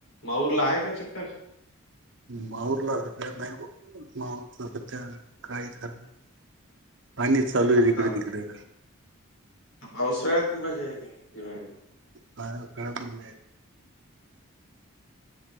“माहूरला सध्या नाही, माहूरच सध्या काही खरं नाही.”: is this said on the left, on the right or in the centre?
Right